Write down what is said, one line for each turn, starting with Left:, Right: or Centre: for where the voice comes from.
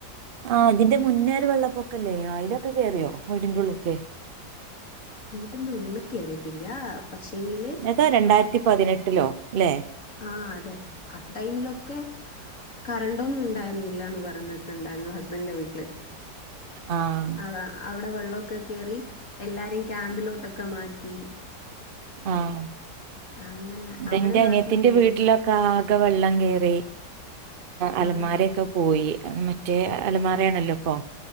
Right: ആ അതിന്റെ മുന്നേ ഒരു വെള്ളപ്പൊക്കല്ലേയോ അലൊക്കെ കേയറിയോ വീടിൻ്റെ ഉള്ളിക്ക്.
Left: വീട്ടിന്റെ ഉള്ളിൽ കയറിട്ടില്ല. പക്ഷേെങ്കില്
Right: ഏതാ രണ്ടായിരത്തി പതിനെട്ടിലോ. ല്ലേ
Left: ആ അതെ ആ ടൈമിലൊക്കെ കറണ്ടൊന്നും ഉണ്ടായിരുന്നില്ല. എന്ന് പറഞ്ഞ ണ്ടായി ഹസ്ബൻഡന്റെ വീട്ടിൽ
Right: ആഹ്
Left: ആ അവിടെ വെള്ളമൊക്കെ കേറി. എല്ലാരിം ക്യാമ്പിലോട്ടൊക്കെ മാറ്റി.
Right: ആഹ
Left: അങ്ങനെ
Right: അതന്റെ
Left: അവരെ നാട്ടില്
Right: അനി ത്തിന്റെ
Left: വേഗം
Right: വീട്ടിലൊക്കെ ആകെ വെള്ളം കേയറി അലമാരൊക്കെ
Left: ആഹ്
Right: പോയി. മറ്റേ അലമാറയാണല്ലോ ഇപ്പൊ